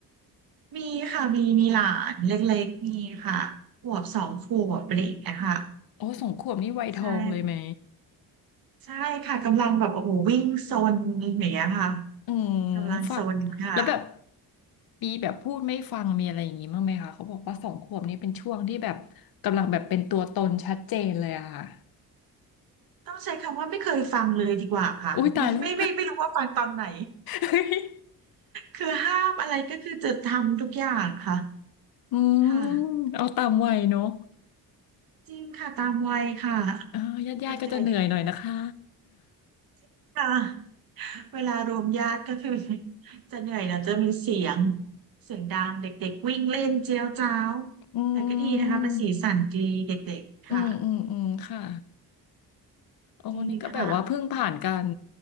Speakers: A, on the right; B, on the left.
A: มีค่ะมีมีหลานเล็กๆมีค่ะขวบสองขวบอะไรอย่างเงี้ยค่ะ
B: โอ้สองขวบนี่วัยทองเลยไหม
A: ใช่ใช่ค่ะกำลังแบบโอ้โหวิ่งซนอย่างเงี้ยค่ะ
B: อืม
A: กำลังซนค่ะ
B: ฟักแล้วแบบมีแบบพูดไม่ฟังมีอะไรอย่างงี้บ้างไหมคะเขาบอกว่าสองขวบนี่เป็นช่วงที่แบบกำลังแบบเป็นตัวตนชัดเจนเลยอะค่ะ
A: ต้องใช้คำว่าไม่เคยฟังเลยดีกว่าค่ะไม่ไม่ไม่ไม่รู้ว่าฟังตอนไหน
B: อุ้ยตายแล้ว <laughs>
A: คือห้ามอะไรก็คือจะทำทุกอย่างค่ะ
B: อืม
A: ค่ะ
B: เอาตามวัยเนอะ
A: จริงค่ะตามวัยค่ะ
B: เออญาติญาติก็จะเหนื่อยหน่อยนะคะ
A: เด็กๆค่ะเวลารวมญาติก็คือจะเหนื่อยนะจะมีเสียงเสียงดังเด็กๆวิ่งเล่นเจียวจ้าว
B: อืม
A: แต่ก็ดีนะคะเป็นสีสันดีเด็กๆค่ะ
B: อืมอืมอืมค่ะโอ้นี่ก็แบบว่าเพิ่งผ่านการ
A: ดีค่ะ